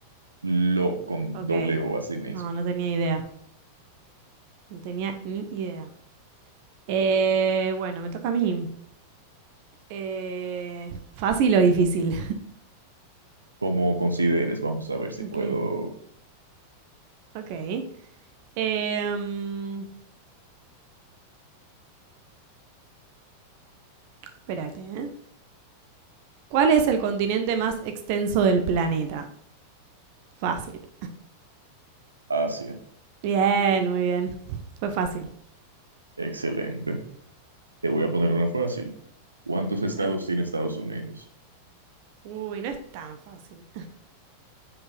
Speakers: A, on the right (about 80°); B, on the right (about 45°).
A: lo con
B: Ok.
A: doble O así mismo.
B: No, no tenía idea. No tenía ni idea. Eh, bueno, me toca a mí. Eh, ¿Fácil o difícil?
A: Como consideres, vamos a ver
B: <laughs>
A: si
B: Ok,
A: puedo.
B: ok. Em, espérate, ¿eh? ¿Cuál es el continente más extenso del planeta? Fácil. <laughs>
A: Asia,
B: Bien, muy bien. Fue fácil.
A: excelente. Te voy a poner una fácil. ¿Cuántos
B: Bueno.
A: estados tiene Estados Unidos?
B: Uy, no es tan fácil.